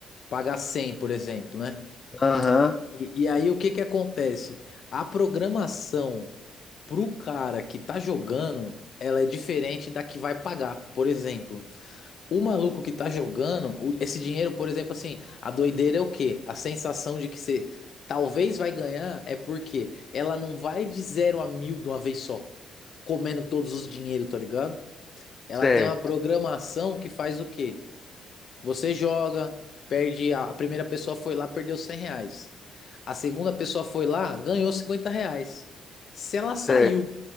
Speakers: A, on the left (about 55°); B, on the left (about 35°).
A: paga cem por exemplo, né?
B: Aham,
A: E, e aí o que que acontece? A programação pro cara que tá jogando, ela é diferente da que vai pagar. Por exemplo, o maluco que tá jogando, o- esse dinheiro, por exemplo, assim, a doideira é o quê? A sensação de que você talvez vai ganhar é porque ela não vai de zero a mil de uma vez só, comendo todos os dinheiros, tá ligado? Ela
B: certo,
A: tem uma programação que faz o quê? Você joga, perde. A a primeira pessoa foi lá, perdeu 100 reais. A segunda pessoa foi lá, ganhou 50 reais. Se ela saiu,
B: certo.